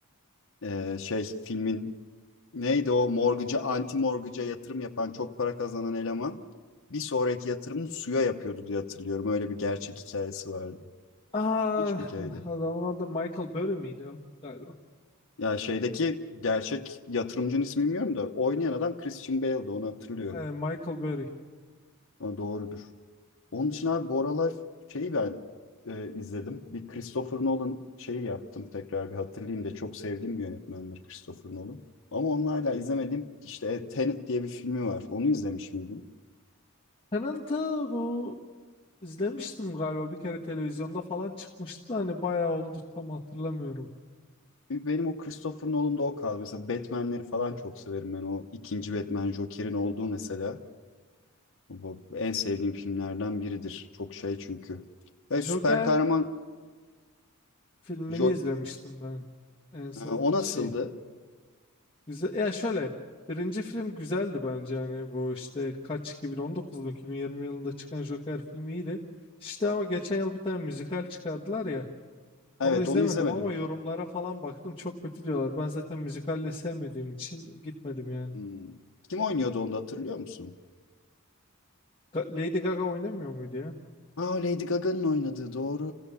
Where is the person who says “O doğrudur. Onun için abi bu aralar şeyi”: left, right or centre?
Left